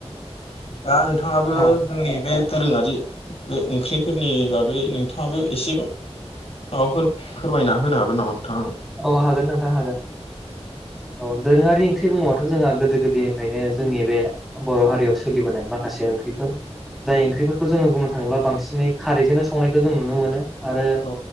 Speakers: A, on the left (about 60°); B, in the centre.
A: दा नोंथाङाबो
B: औ
A: जोंनि बे दोरोङारि बे ओंख्रिफोरनि बागै नोंथाङाबो एसे औ फोरमाय फोरमायना होनो हागोन नामा नोंथां आंनो?
B: औ हागोन नोंथां हागोन औ दोरोङारि ओंख्रि बुङोब्लााथ' जोंहा गोदो गोदायनिफ्रायनो जोंनि बे बर' हारियाव सोलिबोनाय माखासे ओंख्रिफोर जाय ओंख्रिफोरखौ जोङो बुंनो थाङोब्ला बांसिनै खारैजोंनो संनायखौ जों नुनो मोनो आरो
A: औ